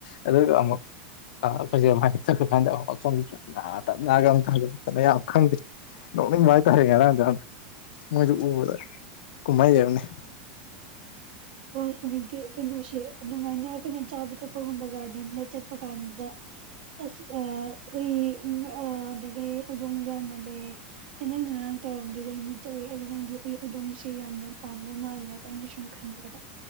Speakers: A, on the left (about 70°); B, on the right (about 80°).
A: ꯑꯗꯨꯒ ꯑꯃꯨꯛ ꯑ <unintelligible> ꯆꯠꯈ꯭ꯔꯀꯥꯟꯗ ꯅꯥ ꯇꯄꯅꯒ ꯊꯥꯗꯣꯂꯛꯇꯅ ꯌꯥꯝ ꯈꯪꯗꯦ ꯅꯣꯛꯅꯤꯕ ꯍꯥꯏꯇꯥꯔꯦ ꯉꯔꯥꯡ ꯌꯥꯝ ꯃꯣꯏꯗꯨ ꯎꯕꯗ ꯀꯨꯝꯍꯩꯑꯝꯅꯤ
B: ꯍꯣꯏ ꯍꯧꯖꯤꯛꯇꯤ ꯀꯩꯅꯣꯁꯦ ꯑꯗꯨꯃꯥꯏꯅ ꯑꯩꯈꯣꯏꯅ ꯆꯥꯕ ꯊꯛꯄꯒꯨꯝꯕ ꯒꯥꯔꯗꯦꯟꯗ ꯆꯠꯄ ꯀꯥꯟꯗ ꯑꯁ ꯑ ꯍꯨꯏ ꯑ ꯑꯗꯒꯤ ꯍꯧꯗꯣꯡꯁꯨ ꯌꯥꯝꯅ ꯂꯩ ꯑꯩ ꯅꯪꯅ ꯉꯔꯥꯡ ꯇꯧꯔꯝꯗꯣꯏꯗꯨ ꯑꯩ ꯃꯤꯠꯇ ꯎꯏ ꯍꯥꯏꯗꯤ ꯅꯪꯗꯤ ꯍꯨꯏ ꯍꯧꯗꯣꯡꯁꯤ ꯌꯥꯝꯅ ꯄꯥꯝꯕ ꯃꯥꯜꯦ ꯑꯩꯅ ꯁꯨꯝ ꯈꯟꯒꯤꯕꯗ